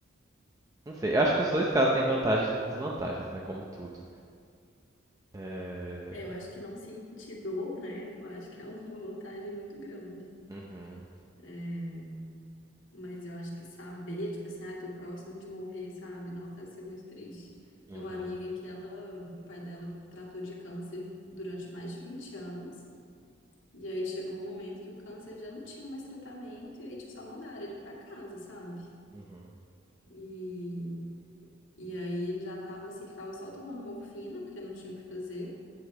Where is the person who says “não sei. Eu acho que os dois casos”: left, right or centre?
Right